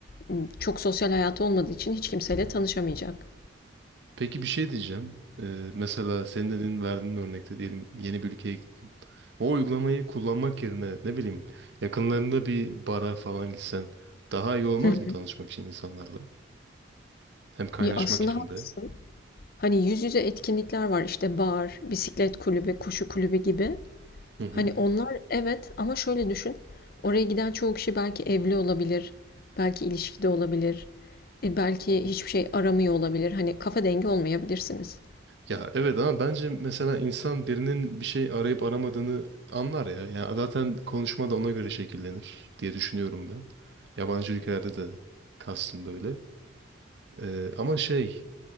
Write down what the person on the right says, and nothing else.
Peki bir şey diyeceğim. Ee, mesela senin dediğin verdiğin örnekte diyelim yeni bir ülkeye gittin. O uygulamayı kullanmak yerine ne bileyim yakınlarında bir bara falan gitsen daha iyi olmaz
mı tanışmak için insanlarla? Hem kaynaşmak
için
de.
Hı hı.
Ya evet ama bence mesela insan birinin bir şey arayıp aramadığını anlar ya. Ya zaten konuşma da ona göre şekillenir diye düşünüyorum ben. Yabancı ülkelerde de kastım böyle. Ee, ama şey